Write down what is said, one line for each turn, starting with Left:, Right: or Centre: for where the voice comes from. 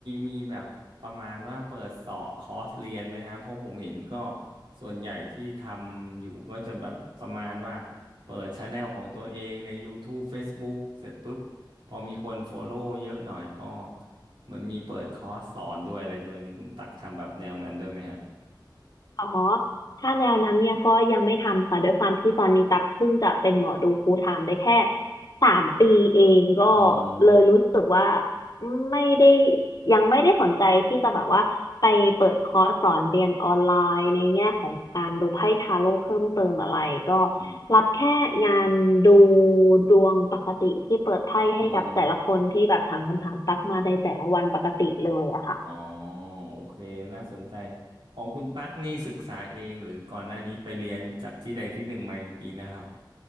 Right: มีแบบประมาณว่าเปิดสอบคอร์สเรียนไหมฮะเพราะผมเห็นก็ส่วนใหญ่ที่ทำอยู่ก็จะแบบประมาณว่าเปิดช anel ของตัวเองใน YouTube Facebook เสร็จปุ๊บพอมีคน follow เยอะหน่อยก็เหมือนมีเปิดคอร์สสอนด้วยอะไรด้วยนี่คุณตักทำแบบแนวนั้นด้วยไหมฮะ
Left: อ๋อถ้าแนวนั้นเนี่ยก็ยังไม่ทำค่ะด้วยความที่ตอนนี้ตักเพิ่งจะเป็นหมอดูฟูลไทม์ได้แค่สามปีเองก็
Right: อืม
Left: เลยรู้สึกว่าไม่ได้ยังไม่ได้สนใจที่จะแบบว่าไปเปิดคอร์สสอนเรียนออนไลน์ในแง่ของการดูไพ่ทาโร่เพิ่มเติมอะไรก็
Right: อืม
Left: รับแค่งานดูดวงปกติที่เปิดไพ่ให้กับแต่ละคนที่แบบถามคำถามตักมาในแต่ละวันปกติเลยอะค่ะ
Right: อืม อ๋อโอเคน่าสนใจของคุณตั๊กนี่ศึกษาเองหรือก่อนหน้านี้ไปเรียนจากที่ใดที่หนึ่งมาอีกทีนะครับ